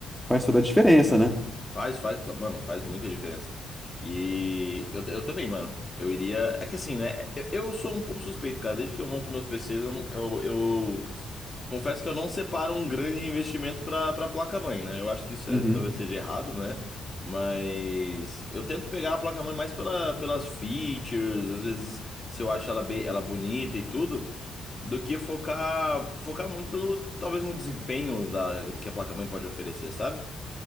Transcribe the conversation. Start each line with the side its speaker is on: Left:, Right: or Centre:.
Centre: faz toda a diferença, né?
Left: Faz, faz, cla- mano, faz muita diferença. E eu, eu também, mano. Eu iria. É que assim, né? Eu, eu sou um pouco suspeito, cara. Desde que eu monto meus PCs, eu, não- eu, Confesso que eu não separo um grande investimento para para placa-mãe, né? Eu acho que isso
Centre: Uhum.
Left: é- talvez seja errado, né? Mas eu tento pegar a placa-mãe mais pela, pelas features, às vezes se eu acho ela bem, ela bonita e tudo, do que focar focar muito talvez no desempenho da que a placa-mãe pode oferecer, sabe?